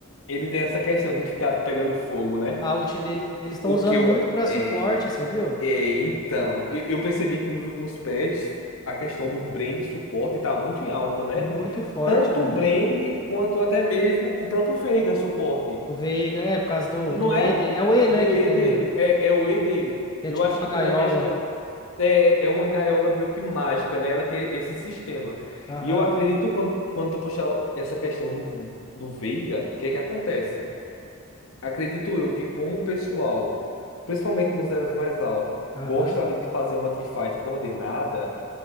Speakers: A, on the left; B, on the left.
A: Ele tem essa questão de ficar pegando fogo, né?
B: A ult dele, eles estão
A: O
B: usando
A: que eu.
B: muito pra
A: É,
B: suporte, você viu?
A: é, então, eu, eu percebi que nos últimos patches a questão do Brand suporte está muito em alta, né?
B: Muito forte,
A: Tanto
B: velho.
A: o Brand quanto até mesmo o próprio Veiga suporte.
B: O Veiga, é, por causa do,
A: Não
B: do
A: é
B: E dele. É o E,
A: do
B: né, que
A: E
B: tem
A: dele,
B: a...
A: é, é o E dele.
B: que é
A: Eu
B: tipo
A: acho
B: uma
A: que
B: gaiola.
A: pela questão. É, é uma gaiola meio que mágica, né? Ela tem esse sistema.
B: Aham,
A: E eu acredito, quando, quando tu puxar essa questão do, do Veiga, o que é que acontece? Acredito eu que, como o pessoal, principalmente nos elos mais altos,
B: aham.
A: gosta ali de fazer uma teamfight coordenada,